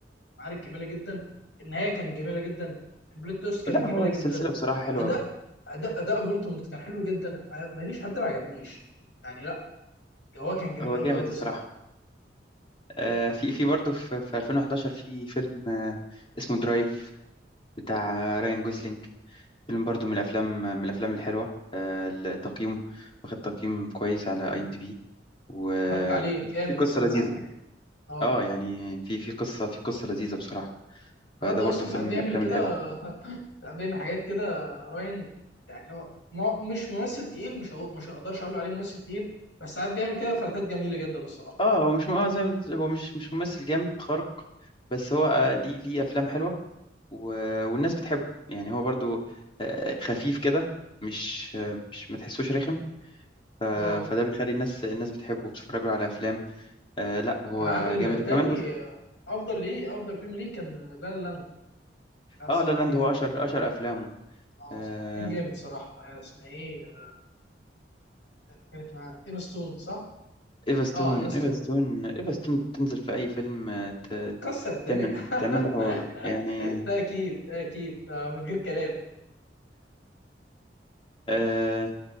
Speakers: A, on the left (about 80°); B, on the left (about 30°).
A: معارك جميلة جدا النهاية كانت جميلة جدا البلوت تويست كانت
B: لا هو
A: جميلة
B: السلسلة
A: جدا
B: بصراحة حلوة
A: أداء
B: أوي
A: أداء أداء فولتمورت كان حلو جدا ما ما فيش حد ما عجبنيش يعني لا هو كان جميل
B: هو
A: قوي
B: جامد
A: قوي
B: بصراحة
A: صراحة
B: آه، في في برضه في في 2011 في فيلم آه، اسمه درايف بتاع راين جوسلينج فيلم برضو من الافلام من الافلام الحلوه آه، التقييم واخد تقييم كويس على اي ام دي بي وفي
A: اتفرجت عليه جامد
B: قصه
A: الفيلم
B: لذيذه
A: ده على فكره اه
B: اه يعني في في قصه في قصه لذيذه بصراحه
A: الواد
B: فده
A: ده
B: برضو
A: اصلا ساعات
B: فيلم
A: بيعمل
B: من الافلام
A: كده
B: الحلوه
A: <laughs> ساعات بيعمل حاجات كده راين يعني هو ما- مش ممثل تقيل مش هقول مش هقدرش اقول عليه ممثل تقيل بس ساعات بيعمل كده فلاتات جميله جدا الصراحه
B: اه هو مش اه زي ما بت- هو مش مش ممثل جامد خارق بس هو آه، ليه ليه افلام حلوه و- والناس بتحبه يعني هو برضو آه، خفيف كده مش آه، مش ما تحسوش رخم ف-
A: اه
B: فده بيخلي الناس الناس بتحبه وبتتفرج له على افلام آه لا هو
A: كان عامل
B: جامد
A: بالتالي
B: وكمان بص-
A: افضل ليه افضل فيلم ليه كان لا لا لا لا، الصراحه
B: اه لا لاند
A: كان
B: هو اشهر اشهر افلامه
A: اه
B: آه،
A: صراحه كان جامد صراحه آه، اسمها ايه آه، كانت معاه ايما ستون صح
B: ايفا ستون
A: اه ايما ستون
B: ايفا ستون ايفا ستون تنزل في اي فيلم آه، ت-
A: كسر الدنيا
B: تعمل تعمل له حوار
A: <laughs>
B: يعني
A: ده اكيد ده اكيد ده من غير كلام
B: آه